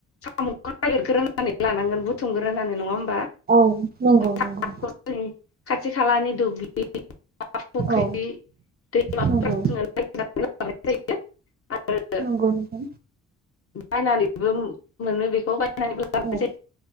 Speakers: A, on the left (about 50°); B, on the right (about 35°).
A: सामुखौ नागिरग्रोनानै लानांगोन बुथुमग्रोनानै नङा होम बा
B: औ नंगौ
A: <unintelligible>
B: नंगौ
A: खाथि खालानि दुब्लि फुख्रि
B: औ
A: दैमाफोर
B: नंगौ
A: <unintelligible> जायो आरो
B: नंगौ नोंथां
A: बायनानैबो मो मोनो बेखौ बाय नानैबो
B: औ
A: जायो